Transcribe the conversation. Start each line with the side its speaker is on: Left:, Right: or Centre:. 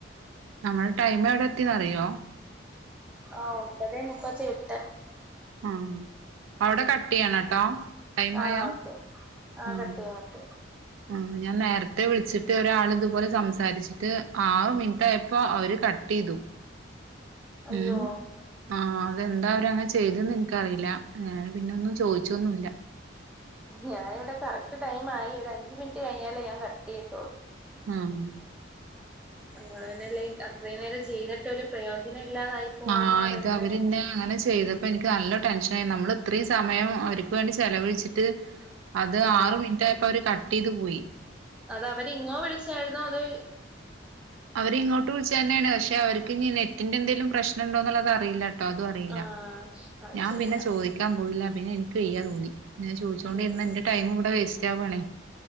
Right: നമ്മളെ ടൈം എവടെ എത്തിന്ന് അറിയോ?
Centre: ആ ഒമ്പത് മുപ്പത്തി എട്ട്
Right: ആഹ് അവടെ കട്ട് ചെയ്യണംട്ടോ. ടൈം
Centre: ആഹ്
Right: ആയാ
Centre: ഓക്കെ ആ
Right: ആഹ്
Centre: കട്ട് ചെയ്യാം കട്ട്.
Right: ആഹ് ഞാൻ നേരത്തെ വിളിച്ചിട്ട് ഒരാള് ഇതുപോലെ സംസാരിച്ചിട്ട് ആറ് മിനിറ്റായപ്പോ അവര് കട് ട്ട്യ്തു
Centre: അയ്യോ
Right: ഉം ആഹ് അതെന്താ അവരങ്ങനെ ചെയ്തേന്ന് എൻക്കറിയില്ല ഞാന് പിന്നെ ഒന്നും ചോയിച്ചൊന്നുല്ല
Centre: ഞാനിവടെ കറക്റ്റ് ടൈം ആയി ഒര് അഞ്ച് മിനിറ്റ് കഴിഞ്ഞാലേ ഞാൻ കട്ട് ചെയ്യത്തൊള്ളൂ
Right: ആഹ്
Centre: അല്ല അത്രയും നേരം ചെയ്തിട്ടൊരു പ്രയോജനം ഇല്ലാതായി പോവാന്ന്
Right: ആഹ്
Centre: പറയുന്നേ
Right: ഇത് അവര്ന്നെ അങ്ങനെ ചെയ്തപ്പോ എനിക്ക് നല്ല ടെൻഷനായി നമ്മള് ഇത്രയും സമയം അവര്ക്ക് വേണ്ടി ചെലവഴിച്ചിട്ട് അത്
Centre: ആഹ്
Right: ആറ് മിനിറ്റായപ്പോ അവര് കട്ട് ചെയ്ത് പോയി
Centre: അത് അവരിങ്ങോ വിളിച്ചായിരുന്നോ അതോ ഈ
Right: അവരിങ്ങോട്ട് വിളിച്ചന്നെയാണ് പക്ഷെ അവർക്കിനി നെറ്റിന്റെ എന്തേലും പ്രശ്നം ഇണ്ടോന്നുള്ളത് അറില്ല ട്ടോ അതും അറിയില്ല
Centre: ആഹ് അത്
Right: ഞാൻ
Centre: ശരിയാ
Right: പിന്നെ ചോദിക്കാൻ പോയില്ല പിന്നെ എനിക്ക് വയ്യാ തോന്നി ഞാൻ ചോയിച്ചോണ്ടിരുന്ന
Centre: ഉം
Right: എന്റെ ടൈം ഇവടെ വേസ്റ്റ് ആവുവാണേ